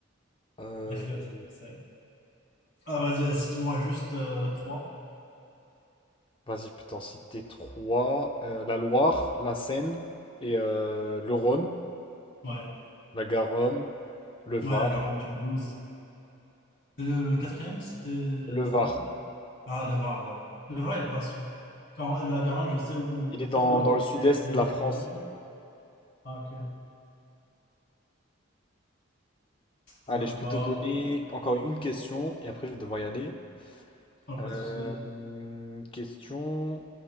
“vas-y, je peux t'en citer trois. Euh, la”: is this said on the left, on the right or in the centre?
Left